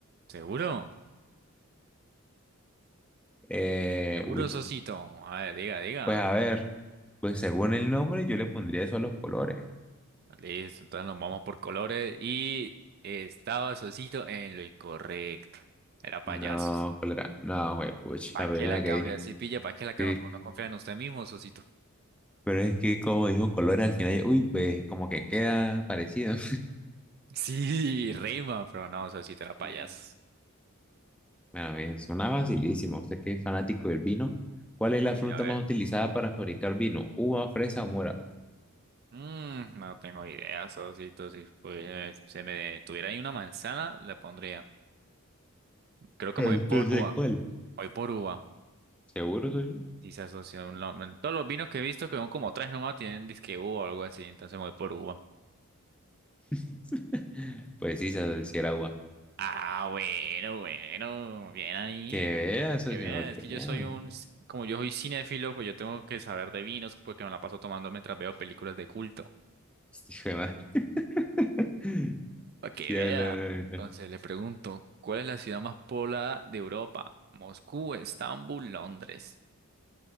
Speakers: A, on the right; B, in the centre.
A: ¿Seguro?
B: Eh,
A: Seguro,
B: uy,
A: Sosito. A ver, diga, diga.
B: pues a ver, pues según el nombre yo le pondría eso a los colores.
A: Listo, entonces nos vamos por colores. Y estaba Sosito en lo incorrecto. Era payasos.
B: No, ¿cuál era? No, güey, puch,
A: ¿Para
B: la
A: qué
B: primera
A: la cambia?
B: que dije.
A: Si pilla, ¿para qué la cambia?
B: Sí,
A: Por no confiar en usted mismo, Sosito. <laughs>
B: pero es que como dijo colores al final, uy, pues como que queda parecido.
A: Sí, rima, pero no, Sosito era payasos.
B: <laughs> Bueno, bien, suena facilísimo. Usted que es fanático del vino, ¿cuál es la
A: Uy,
B: fruta
A: a ver.
B: más utilizada para fabricar vino? ¿Uva, fresa
A: Mm,
B: o mora?
A: mm, no tengo idea, Sosito. Si pues, se me tuviera ahí una manzana, la pondría. Creo que
B: Entonces,
A: me voy por uva.
B: ¿cuál?
A: Voy por uva.
B: ¿Seguro, socio?
A: Sí, se asocia a un lado. Todos los vinos que he visto, que son como tres nomás, tienen disque uva o algo así, entonces me voy por uva.
B: <laughs> Pues sí, se si era uva.
A: Ah, bueno, bueno, bien ahí.
B: Que vea, socio,
A: Que bien,
B: para que
A: es que
B: vea.
A: yo soy un, c- como yo soy cinéfilo, pues yo tengo que saber de vinos porque me la paso tomando mientras veo películas de culto.
B: Hijo de madre. <laughs>
A: Para que
B: Sí,
A: vea.
B: habla. habla.
A: Entonces le pregunto, ¿cuál es la ciudad más poblada de Europa? Moscú, Estambul, Londres.